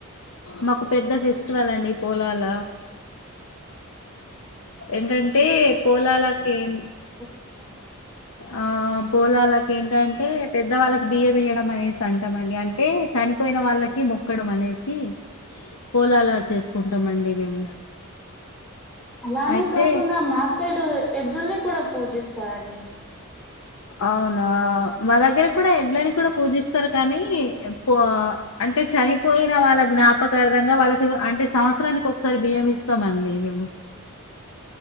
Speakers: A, on the left (about 80°); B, in the centre.
A: మాకు పెద్ద ఫెస్టివల్ అండి పోలాల ఏంటంటే పోలాలకేం
B: <unintelligible>
A: ఆ పోలాలకు ఏంటంటే పెద్ద వాళ్ళక్ బియ్యం ఇయ్యడం అనేసి అంటాం అండి అంటే చనిపోయిన వాళ్ళకి మొక్కడం అనేసి పోలాల చేస్కుంటమండి మేము
B: అలానే
A: అయితే
B: కాకుండా మా సైడ్ ఎద్దుల్ని కూడా పూజిస్తారండి.
A: అవునా మా దగ్గర కూడ ఎడ్లని కూడా పూజిస్తారు కానీ పో అంటే చనిపోయిన వాళ్ళ జ్ఞాపకార్ధంగా వాళ్ళకి అంటే సంవత్సరానికి ఒకసారి బియ్యం ఇస్తామండి మేము.